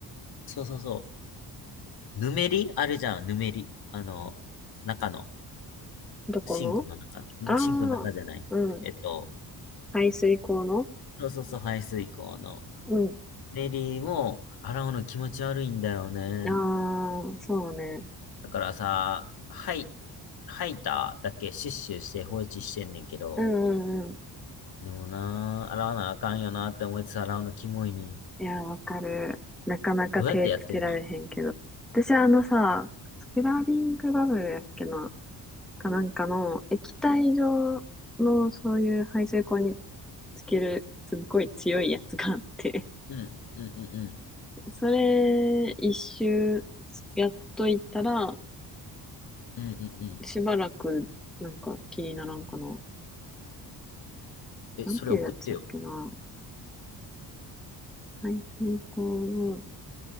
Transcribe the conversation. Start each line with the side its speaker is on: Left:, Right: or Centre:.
Left: そうそうそう。ぬめりあるじゃん、ぬめり。あの、中の、
Centre: どこの
Left: シンクの中、んシンクの中じゃない。
Centre: ああー、うん。
Left: えっと、
Centre: 排水口の
Left: そうそうそう、排水口の。
Centre: うん
Left: ぬめりも、洗うの気持ち悪いんだよね。
Centre: ああ、そうね。
Left: だからさ、はい、吐いただけシュッシュして放置してんねんけど、
Centre: うんうんうん。
Left: でもな、洗わなあかんよなって思いつつ洗うのキモいねん。
Centre: いや、わかる。なかなか手つけられへんけど。
Left: どうやってやってんの
Centre: 私あのさ、スクラビングバブルやっけな、かなんかの液体状のそういう排水口につけるすっごい強いやつがあって、
Left: うん、うん、うん、
Centre: それ一周やっといたら、
Left: うん、うん、うん、うん。
Centre: しばらくなんか気にならんかな。
Left: え、
Centre: なんていうやつやっけな。
Left: それ送ってよ。
Centre: 排水口のス